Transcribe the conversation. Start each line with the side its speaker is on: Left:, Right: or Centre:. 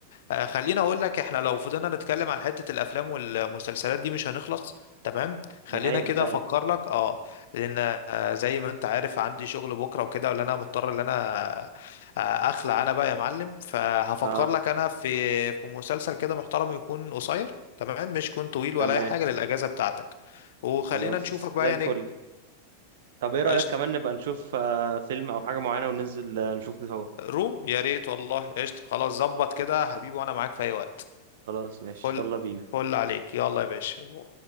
Left: آه، خليني اقول لك احنا لو فضلنا نتكلم عن حتة الافلام والمسلسلات دي مش هنخلص تمام خلينا
Right: دي حقيقه
Left: كده
Right: فعلا
Left: افكر لك اه لان آه، زي ما انت عارف عندي شغل بكرة وكده ولا انا مضطر ان انا آه، اخلع انا بقى يا معلم فهفكر
Right: اه
Left: لك انا في في مسلسل كده محترم يكون قصير تمام مش يكون طويل
Right: تمام
Left: ولا اي حاجة للاجازة بتاعتك وخلينا
Right: خلاص
Left: نشوفك بقى
Right: زي الفل
Left: يا نجم
Right: طب ايه رايك
Left: قشطة
Right: كمان نبقى نشوف آه فيلم او حاجه معينه وننزل آه نشوف سوا
Left: روم يا ريت والله قشطة خلاص ظبط كده يا حبيبي وانا معاك في اي وقت
Right: خلاص ماشي
Left: فل
Right: يلا بينا
Left: فل عليك يلا يا باشا